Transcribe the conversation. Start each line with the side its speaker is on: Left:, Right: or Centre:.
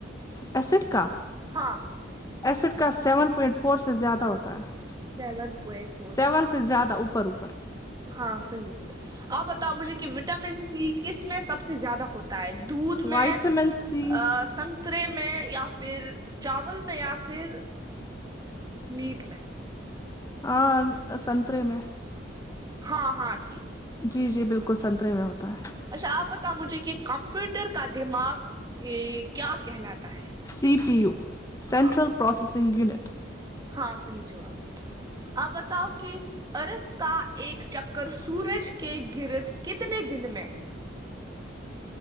Left: ایسڈ کا
Right: ہاں
Left: ایسڈ کا سیون پوائنٹ فور سے زیادہ ہوتا ہے
Right: سیون پوائنٹ فور
Left: سیون سے زیادہ اوپر اوپر
Right: ہاں صحیح آپ بتاؤ مجھے کہ وٹامن سی کس میں سب سے زیادہ ہوتا ہے دودھ میں
Left: وائٹامن سی
Right: آسم نترے میں یا پھر چاول میں یا پھر میٹ میں
Left: ہاں سنترے میں
Right: ہاں ہاں ٹھیک ٹھیک
Left: جی
Right: صحیح
Left: جی
Right: جواب
Left: بالکل سنترے میں ہوتا ہے
Right: اچھا آپ بتاؤ مجھے کہ کمپیوٹر کا دماغ یہ کیا کہلاتا ہے
Left: سی پی یو سینٹرل
Right: ہاں
Left: پروسیسنگ
Right: صحیح
Left: یونٹ
Right: ہاں صحیح جواب آپ بتاؤ کہ ارتھ کا ایک چکر سورج کے گرد کتنے دن میں